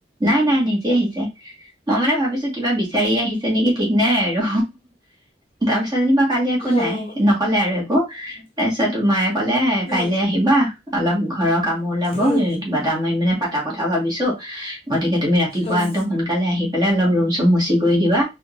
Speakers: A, on the right (about 25°); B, on the left (about 35°).
A: নাই নাই নিজে আহিছে মই মানে ভাবিছো কিবা বিচাৰি আহিছে নেকি ঠিক নাই আৰু তাৰপিছত যেনিবা, কালি একো নাই
B: অঁ
A: নকলে আৰু একো তাৰপিছত তোমাৰে ক'লে কাইলে
B: উম
A: আহিবা অলপ ঘৰৰ কামো ওলাব
B: উম
A: কিবা এটা মাৰি মানে পতা কথাও ভাবিছো গতিকে তুমি ৰাতিপুৱা
B: অঁ
A: একম সোনকালে আহি প অলপ ৰুম চুম মচি কৰি দিবা